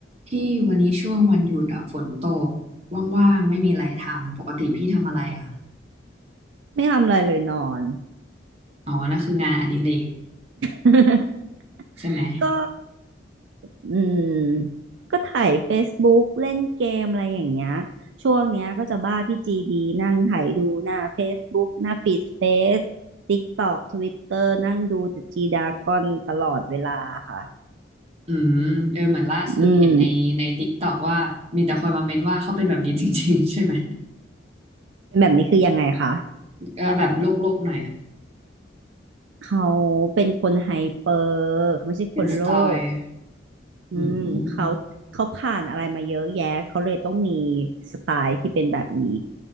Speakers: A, on the right (about 35°); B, on the right (about 70°).
A: พี่วันนี้ช่วงวันหยุดอะฝนตกว่างๆไม่มีอะไรทำปกติพี่ทำอะไรอะ
B: ไม่ทำอะไรเลยนอน
A: อ๋อนั่นคืองานอดิเรก
B: <laughs>
A: ใช่ไหม
B: ก็อืมก็ถ่าย Facebook เล่นเกมอะไรอย่างเงี้ยช่วงเนี้ยก็จะบ้าพี่จีดีนั่งถ่ายดูหน้า Facebook หน้าฟีดเฟซติ๊กตอกทวิตเตอร์นั่งดูแต่จีดากอนตลอดเวลาค่ะ
A: อืมเออเหมือนล่าสุดเห็นในในติกตอกว่ามีแต่คนมาเม้นว่าเขาเป็นแบบนี้จริงๆ
B: อืม
A: <laughs> ใช่ไหม
B: เป็นแบบนี้คือยังไงคะ
A: ก็แบบโลกๆหน่อยอะ
B: เขาเป็นคนไฮเปอร์เขาไม่ใช่คนโลก
A: เป็นสไตล์
B: อืมเขาเขาผ่านอะไรมาเยอะแยะเขาเลยต้องมี
A: อืมอืม
B: สไตล์ที่เป็นแบบนี้